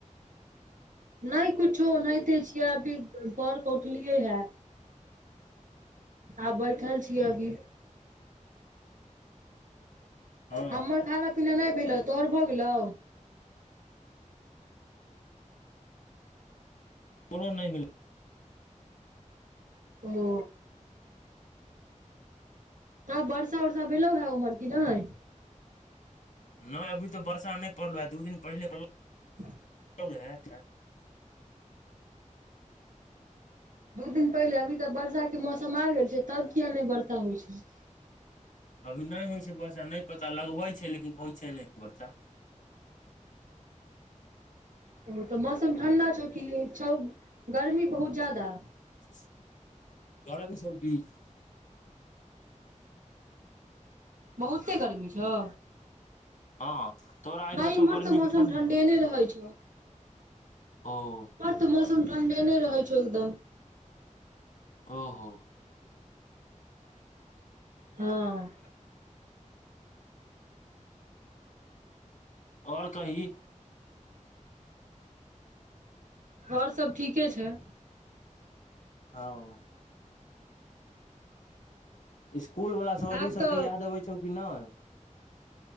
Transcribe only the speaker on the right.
नहि कुछो ओनाहिये छिय अभी पैर कऽ उठलियै है। आ बैठल छीयै अभी।
हमर खाना पीना नहि भेलौ तोहर भऽ गेलौ।
ओ। तब वर्षा वर्षा भेलेलो ह उमहर की नय।
<inaudible>
दू दिन पहिले अभी तऽ वर्षा के मौसम आ गेल छै तब किया नहि वर्षा होइ छै।
ओ तऽ मौसम ठण्डा छौ कि छौ गर्मी बहुत जादा।
बहुते गर्मी छौ।
नहि
इमहर
तऽ मौसम
ठण्डेने रहै छौ।
इमहर तऽ मौसम ठण्डेने रहै छौ एकदम।
हँ।
और सब ठीके छै।
आब
तऽ